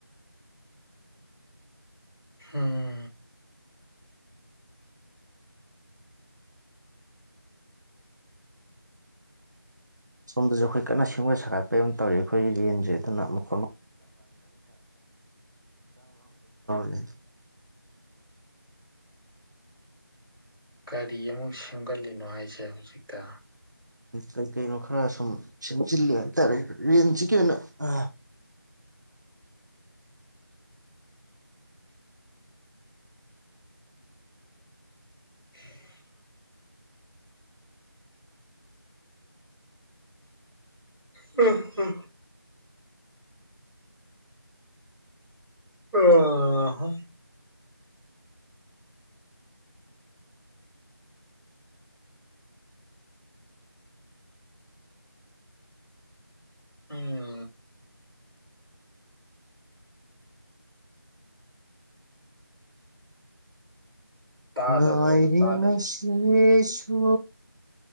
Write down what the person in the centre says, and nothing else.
ꯍꯝ <unintelligible>
ꯀꯔꯤ ꯑꯃꯨꯛ ꯁꯦꯝꯒꯠꯂꯤꯅꯣ ꯍꯥꯏꯁꯦ ꯍꯧꯖꯤꯛꯇ꯫
<unintelligible> ꯍꯥ ꯍꯥ ꯍꯥ ꯑ ꯍꯥ ꯎꯝ ꯇꯥꯗ꯭ꯔꯕꯣ
ꯀꯩꯅꯣ ꯇꯥꯗꯦ